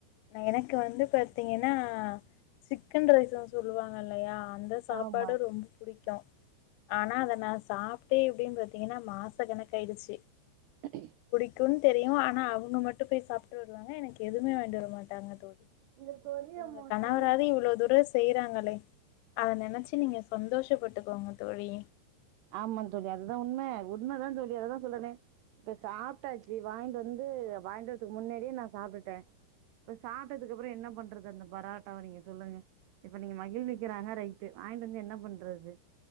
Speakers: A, on the left; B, on the right.
A: நா எனக்கு வந்து பாத் த்தீங்கன்னா சிக்கன் ரைஸ்னு சொல்வாங்க இல்லயா அந்த சாப்பாடு
B: ஆமா
A: ரொம்ப புடிக்கு ஆனா அத நான் சாப்ட்டே எப்டின்னு பாத்தீங்கன்னா மாச கணக்கு ஆயிடுச்சு
B: <inaudible>
A: க்குன்னு தெரியு ஆனா அவுங்க மட்டு போய் சாப்ட்டு வருவாங்க எனக் எதுமே வாங்கிட்டு வர மாட்டாங்க தோழி
B: இதற்கு ஒரே
A: உங்க
B: மொதலு
A: கணவராது இவ்ளோ தூர செய்றாங்களே அத நெனைச்சு நீங்க சந்தோஷப்பட்டுக்கோங்க தோழி
B: ஆமாம் தோழி அதுதான் உண்ம உண்மதா தோழி அததான் சொல்றேனே இப்ப சாப்ட்டாச்சு வாங்கிட்டு வந்து வாங்கிட்டு வரதுக்கு முன்னாடியே நான் சாப்ட்டுட்டே இப்ப சாப்ட்டதுக்கு அப்றோ என்ன பண்றது அந்த பராட்டாவ நீங்க சொல்லுங்க இப்ப நீங்க மகிழ்விக்கிறாங்க ரைட்டு வாங்கிட்டு வந்து என்ன பண்றது